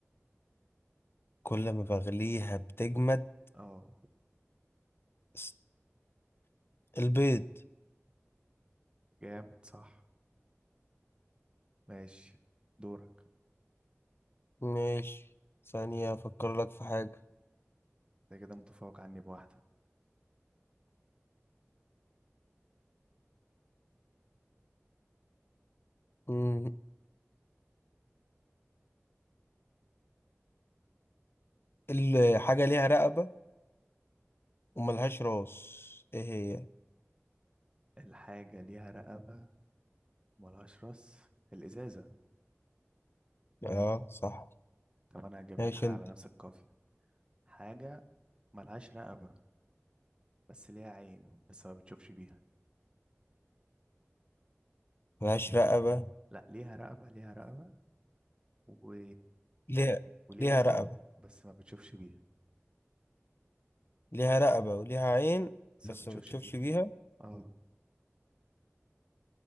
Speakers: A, on the left (about 55°); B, on the right (about 20°).
A: كل ما بغليها بتجمد
B: اه
A: س- البيض
B: جامد صح ماشي دورك
A: ماشي ثانية افكر لك في حاجة
B: انت كده متفوق عني بواحدة
A: مم. الحاجة ليها رقبة وملهاش راس ايه هي
B: الحاجة ليها رقبة ملهاش راس الإزازة
A: اه صح
B: طب أنا هجيب
A: ماشي
B: لك حاجة
A: انت
B: على نفس القافية حاجة ملهاش رقبة بس ليها عين بس ما بتشوفش بيها
A: ملهاش
B: يعني
A: رقبة
B: لا ليها رقبة ليها رقبة و...
A: ليها
B: وليها
A: ليها
B: عين
A: رقبة
B: بس ما بتشوفش بيها
A: ليها رقبة وليها عين
B: بس
A: بس
B: ما بتشوفش
A: ما بتشوفش
B: بيها
A: بيها
B: اه